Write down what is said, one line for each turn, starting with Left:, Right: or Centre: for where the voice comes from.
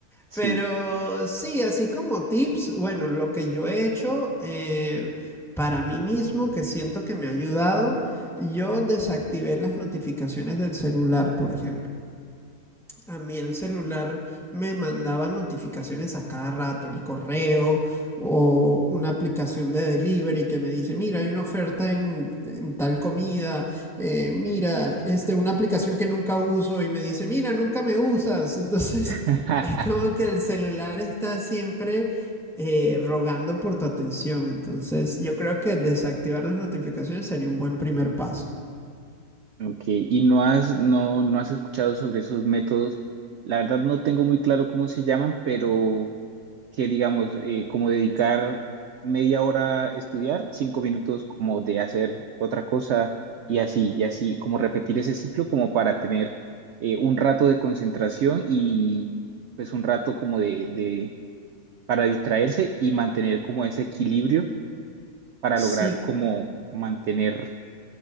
Right: Sí.
Centre: Pero sí, así como tips, bueno, lo que yo he hecho eh, para mí mismo, que siento que me ha ayudado, yo desactivé las notificaciones del celular, por ejemplo. A mí el celular me mandaba notificaciones a cada rato, el correo o una aplicación de delivery que me dice, mira, hay una oferta en, en tal comida, eh, mira, este, una aplicación que nunca uso y me dice, mira, nunca me usas. Entonces,
Right: <laughs>
Centre: <laughs> es como que el celular está siempre eh, rogando por tu atención. Entonces, yo creo que desactivar las notificaciones sería un buen primer paso.
Right: Ok, y no has, no, no has escuchado sobre esos métodos. La verdad no tengo muy claro cómo se llaman, pero que digamos, eh, como dedicar media hora a estudiar, cinco minutos como de hacer otra cosa y así, y así, como repetir ese ciclo como para tener eh, un rato de concentración y pues un rato como de, de, para distraerse y mantener como ese equilibrio para
Centre: Sí,
Right: lograr como mantener,